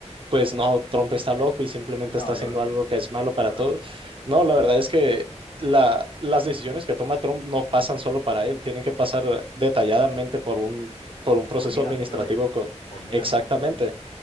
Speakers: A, on the right; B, on the left.
A: pues no, Trump está loco y simplemente
B: No,
A: está haciendo
B: yo creo que
A: algo
B: no,
A: que es malo para
B: yo creo
A: todos.
B: que no.
A: No, la verdad es que la, las decisiones que toma Trump no pasan solo para él, tienen que pasar detalladamente por un, por un proceso
B: Por mil
A: administrativo
B: asesores,
A: co-
B: por mil
A: exactamente.
B: asesores también.